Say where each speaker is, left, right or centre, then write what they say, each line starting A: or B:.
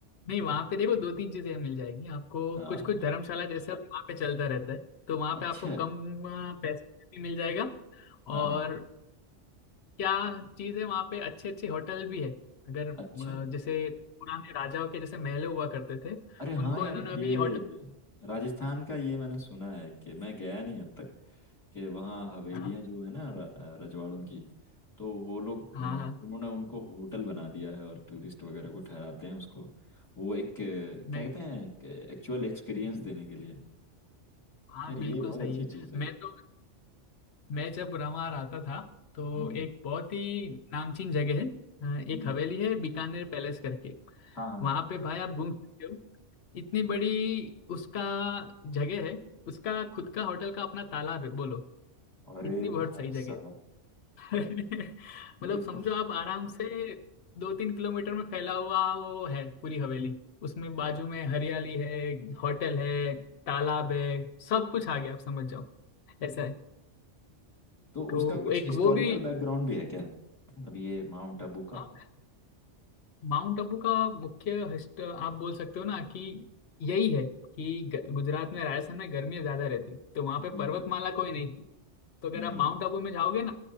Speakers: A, on the left; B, on the left.
A: नहीं वहां पे देखो दो तीन चीजें मिल जाएगी आपको
B: हाँ
A: कुछ कुछ धर्मशाला जैसे अभी वहां पे चलता रहता है तो वहां पे
B: अच्छा
A: आपको कम अ, पैसे में भी मिल जाएगा
B: हाँ
A: और
B: हाँ
A: क्या चीज है वहां पे अच्छे अच्छे होटल भी है अगर अ,
B: अच्छा
A: जैसे पुराने राजाओं के जैसे महल हुआ करते थे
B: अरे हाँ
A: उनको
B: यार
A: इन्होंने
B: ये
A: अभी होटल
B: राजस्थान का ये मैंने सुना है कि मैं गया नहीं अब तक कि वहाँ हवेलियाँ
A: हाँ।
B: जो है ना र- रजवाड़ों की तो वो लोग
A: हाँ
B: अ,
A: हाँ
B: उन्होंने उनको होटल बना दिया है और टूरिस्ट वगैरह को ठहराते हैं उसको वो एक अ,
A: मैं
B: क्या कहते हैं एक्चुअल एक्सपीरियंस देने के लिए
A: हाँ
B: यार
A: बिल्कुल
B: ये बहुत
A: सही
B: अच्छी
A: है
B: चीज़ है
A: मैं तो मैं जब वहाँ आता था तो
B: हम्म हम्म
A: एक बहुत ही नामचीन जगह है अ,
B: हम्म।
A: एक हवेली है बीकानेर पैलेस करके
B: हाँ हाँ
A: वहां
B: हाँ
A: पे भाई आप घूम सकते हो इतनी बड़ी उसका जगह है उसका खुद का होटल का अपना तालाब है बोलो
B: अरे
A: इतनी बहुत
B: भाई
A: सही जगह
B: साहब
A: है <laughs> मतलब
B: ये
A: समझो
B: तो
A: आप आराम से दो तीन किलोमीटर में फैला हुआ वो है पूरी हवेली उसमें बाजू में हरियाली है होटल है तालाब है सब कुछ आ गया आप समझ जाओ ऐसा है
B: तो
A: तो
B: उसका कुछ
A: एक
B: हिस्टोरिकल
A: वो भी
B: बैकग्राउंड भी है क्या मतलब ये माउंट आबू का
A: हाँ, माउंट आबू का मुख्य हस्त आप बोल सकते हो ना कि यही है कि ग- गुजरात में राजस्थान में गर्मी ज्यादा रहती तो वहां पे
B: हम्म
A: पर्वतमाला कोई नहीं थी, तो अगर
B: हम्म
A: आप माउंट आबू में जाओगे ना